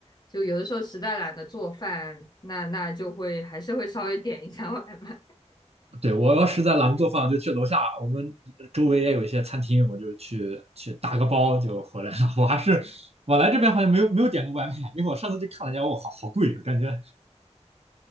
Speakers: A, on the left (about 35°); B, on the right (about 60°).
A: 就有的时候实在懒得做饭，那那就会还是会稍微点一下外卖。
B: 对，我要实在懒得做饭，
A: <laughs>
B: 我就去楼下，我们周围也有一些餐厅，我就去去打个包就回来了。<laughs> 我还是我来这边好像没有没有点过外卖，因为我上次去看了一下，我好好贵，感觉